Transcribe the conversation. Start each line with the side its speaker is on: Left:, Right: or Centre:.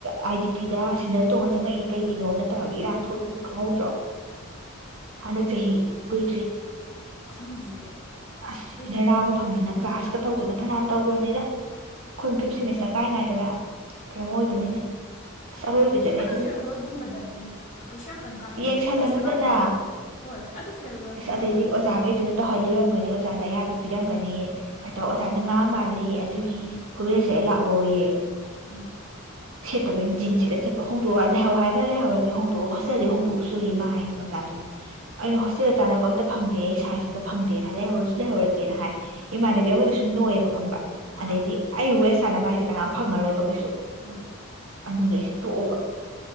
Right: ꯑꯥꯏ ꯗꯤ ꯄꯤꯗ ꯁ‌ꯦꯅꯗꯜ ꯇꯣꯡꯉ ꯆꯪꯉꯛꯏ ꯀꯩꯒꯤꯅꯣꯅ ꯇꯧꯔꯒ ꯏꯔꯥꯟ ꯊꯣꯛꯈꯤꯕꯗꯨꯣ ꯈꯪꯍꯧꯗ꯭ꯔꯣ ꯍꯟꯗꯛ ꯆꯍꯤ
Left: ꯎꯝ
Right: ꯀꯨꯏꯗ꯭ꯔꯤ
Left: ꯈꯪꯗꯤꯌꯦ ꯑꯩ
Right: ꯑꯁ
Left: ꯑꯗꯨꯝꯗꯤ
Right: ꯗ꯭ꯔꯅꯥꯒ
Left: ꯈꯪꯍꯧꯗ꯭ꯔꯦ
Right: ꯐꯝꯗꯅ ꯀ꯭ꯂꯥꯁꯀ ꯇꯧꯗꯅ ꯐꯅꯌꯥꯝ ꯇꯧꯒ꯭ꯔꯝꯅꯤꯗ ꯑꯩꯈꯣꯏ
Left: ꯑꯣ
Right: ꯐꯤꯞ ꯁ‌ꯦꯃꯤꯁꯇꯔ ꯀꯥꯏ ꯉꯥꯏꯗꯅ ꯀꯩꯅꯣꯝ ꯑꯣꯏꯕꯅꯤꯅꯦ
Left: ꯎꯝ
Right: ꯑꯁ ꯑꯔꯣꯏꯕꯤꯗꯅꯦ
Left: ꯑꯗꯣ
Right: ꯑꯗꯨꯁꯨ
Left: ꯐꯤꯌꯔꯋꯦꯜꯒꯨꯝꯕꯗꯗꯤ ꯀꯩꯁꯨ ꯌꯥꯝ ꯀꯟꯅ ꯀꯥ ꯍꯦꯟꯕ
Right: ꯌꯦꯡꯁꯜꯂꯅꯨꯗꯅ
Left: ꯅꯠꯇꯦ ꯀꯩꯁꯨ ꯀꯥꯏꯗꯦ ꯀꯩꯅꯣ ꯍꯣꯏ ꯑꯗꯨ ꯐꯤꯌꯔꯋꯦꯜꯅꯦ
Right: ꯑꯁ
Left: ꯍꯥꯏꯕ
Right: ꯑꯗꯩꯗꯤ ꯑꯣꯖꯥꯒꯩꯗꯨꯅ ꯇꯧꯍꯜꯂꯤ ꯑꯣꯏꯔꯝꯒꯅꯤ ꯑꯣꯖꯥꯗ ꯑꯌꯥꯕ ꯄꯤꯔꯝꯒꯅꯤ ꯐꯇꯣ ꯑꯣꯖꯥꯗ ꯉꯥꯡ ꯃꯥꯜꯂꯤ ꯑꯗꯨꯒꯤ
Left: ꯎꯝ
Right: ꯆꯂ ꯂꯥꯛꯑꯣꯌ‌ꯦ
Left: ꯎꯝ
Right: ꯁꯦꯠꯇꯕꯩꯟ ꯖꯤꯟ ꯁꯦꯠꯂ ꯆꯠꯄ ꯍꯣꯡꯗꯣꯛꯑ ꯂꯩꯍꯧ ꯍꯥꯏꯔꯅ ꯂꯩꯍꯧꯔꯒ ꯍꯣꯡ ꯍꯣꯁꯇꯦꯜꯗꯩ ꯍꯣꯡꯗ‌ꯣꯛꯎꯆ‌ꯣꯌ‌ꯦ
Left: ꯎꯝ
Right: ꯃꯥꯟ ꯍꯥꯏꯅꯤ ꯑꯣꯖꯥ ꯑꯩꯅ ꯍꯣꯁꯇꯦꯜ ꯆꯥꯟꯅꯕ ꯑꯝꯇ ꯐꯪꯗꯦ ꯑꯩ ꯁꯥꯏꯟꯖ ꯑꯝꯇ ꯐꯪꯗꯦꯅ ꯍꯥꯏ ꯂꯩꯍꯧꯔꯁꯨ ꯂꯩꯍꯧꯔꯒꯦꯅ ꯍꯥꯏ ꯏꯃꯥꯟꯅꯕꯤ
Left: ꯑꯥ
Right: ꯑꯃꯗꯨꯁꯨ ꯅꯣꯏꯌꯦꯕ ꯈꯪꯕ ꯑꯗꯩꯗꯤ
Left: ꯑꯥ
Right: ꯁꯥꯟꯅꯕ ꯍꯥꯏꯁꯦ ꯀꯅꯥꯝ ꯐꯪꯉꯔꯣꯏꯕ ꯀꯩꯁꯨ
Left: ꯎꯝ
Right: ꯑꯗꯨꯒꯤ ꯇꯣꯛꯑꯕ